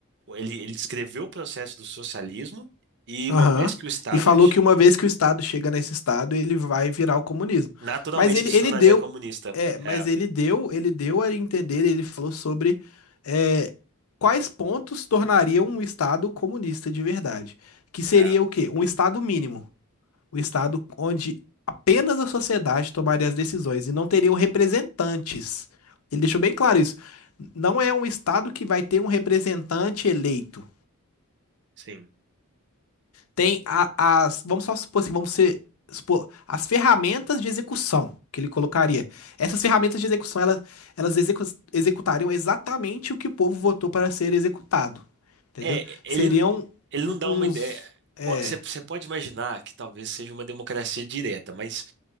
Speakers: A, on the right; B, on the left.
A: ele, ele descreveu o processo do socialismo e
B: Aham.
A: uma vez que o Estado
B: E falou
A: é,
B: que uma vez que o estado chega nesse estado, ele vai virar o comunismo.
A: naturalmente
B: Mas ele,
A: ele se
B: ele
A: tornaria
B: deu.
A: comunista.
B: É, mas
A: É,
B: ele deu, ele deu a entender, ele falou sobre é, quais pontos tornariam um estado comunista de verdade. Que seria
A: é,
B: o quê? Um estado mínimo. O estado onde apenas a sociedade tomaria as decisões e não teriam representantes. Ele deixou bem claro isso. Não é um estado que vai ter um representante eleito.
A: sim.
B: Tem a- as, vamos só supor assim, vamos ser, supor, as ferramentas de execução que ele colocaria. Essas ferramentas de execução, elas, elas execu- executariam exatamente o que o povo votou para ser executado. Entendeu?
A: É, ele
B: Seriam
A: ele não
B: um-
A: dá uma ideia.
B: uns. É.
A: Você você pode imaginar que talvez seja uma democracia direta, mas